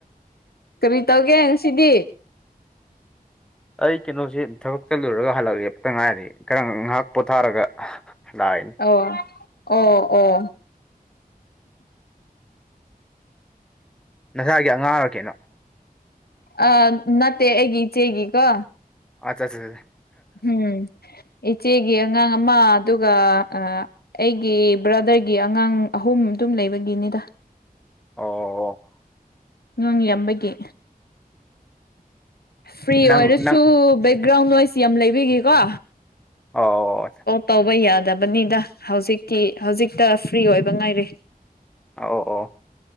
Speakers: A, on the left (about 85°); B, in the centre.
A: ꯀꯃꯤ ꯇꯧꯒꯦ ꯉꯁꯤꯗꯤ
B: ꯑꯩ ꯀꯩꯅꯣꯁꯤ ꯊꯕꯛ ꯆꯠꯂꯨꯔꯒ ꯍꯜꯂꯛꯂꯦ ꯑꯃꯇꯪ ꯉꯥꯏꯔꯗꯤ ꯈꯔ ꯉꯥꯏꯍꯥꯛ ꯄꯣꯊꯥꯔꯒ ꯅꯥꯟ
A: ꯑꯣ ꯑꯣ ꯑꯣ
B: ꯅꯁꯥꯒꯤ ꯑꯉꯥꯡ ꯑꯣꯏꯔ ꯀꯩꯅꯣ
A: ꯑ ꯅꯠꯇꯦ ꯑꯩꯒꯤ ꯏꯆꯦꯒꯤꯀꯣ
B: ꯑꯆꯥꯆꯥ
A: ꯎꯝ ꯏꯆꯦꯒꯤ ꯑꯉꯥꯡ ꯑꯃ ꯑꯗꯨꯒ ꯑ ꯑꯩꯒꯤ ꯕ꯭ꯔꯗꯔꯒꯤ ꯑꯉꯥꯡ ꯑꯍꯨꯝ ꯑꯗꯨꯝ ꯂꯩꯕꯒꯤꯅꯤꯗ
B: ꯑꯣ ꯑꯣ
A: ꯉꯥꯡ ꯌꯥꯝꯕꯒꯤ ꯐ꯭ꯔꯤ
B: ꯅꯪ
A: ꯑꯣꯏꯔꯁꯨ
B: ꯅꯪ
A: ꯕꯦꯛꯒ꯭ꯔꯥꯎꯟ ꯅꯣꯏꯁ ꯌꯥꯝ ꯂꯩꯕꯒꯤꯀꯣ
B: ꯑꯣ ꯑ
A: ꯇꯧꯕ ꯌꯥꯗꯕꯅꯤꯗ ꯍꯧꯖꯤꯛꯇꯤ ꯍꯧꯖꯤꯛꯇ ꯐ꯭ꯔꯤ ꯑꯣꯏꯕ ꯉꯥꯏꯔꯦ
B: ꯑ ꯑꯣ ꯑꯣ